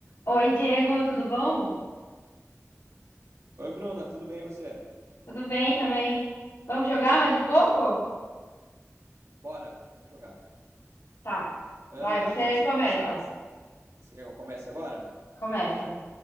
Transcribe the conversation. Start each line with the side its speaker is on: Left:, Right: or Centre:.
Left: Oi, Diego, tudo bom?
Right: Oi, Bruna, tudo bem e você?
Left: Tudo bem também. Vamos jogar mais um pouco?
Right: Bora, vamos jogar.
Left: Tá.
Right: Ah,
Left: Vai, você
Right: que- você
Left: começa.
Right: quer começar? Você quer que eu comece agora?
Left: Começa.